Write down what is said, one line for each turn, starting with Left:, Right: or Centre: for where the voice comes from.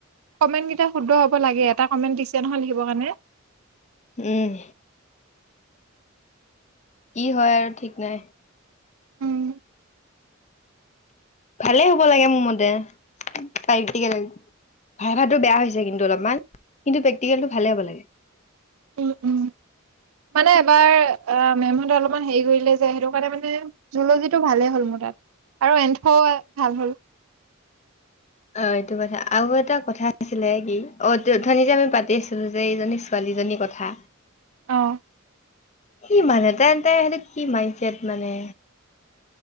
Right: কমেণ্ট কেইটা শুদ্ধ হ'ব লাগে। এটা কমেণ্ট দিছে নহয় লিখিব কাৰণে।
Left: উম। কি হয় আৰু ঠিক নাই!
Right: উম
Left: ভালে হ'ব লাগে মোৰ মতে। প্ৰেক্টিকেল, ভাইভাটো বেয়া হৈছে কিন্তু অলপমান। কিন্তু প্ৰেক্টিকেলটো ভালেই হ'ব লাগে।
Right: উম উম। মানে এবাৰ- অ, মেমহতে অলপমান হেৰি কৰিলে যায় সেইটো কাৰণে মানে জু'লজি টো ভালে হ'ল। মোৰ তাত। আৰু এন্থও ভাল হ'ল।
Left: অ, এইটো কথা। আৰু এটা কথা আছিলে কি অথনি যে আমি পাতি আছিলো যে এইজনী ছোৱালী যিজনী কথা,
Right: অঁ।
Left: কি মানে, তাই-তাই হেটত কি মিণ্ডছেত মানে।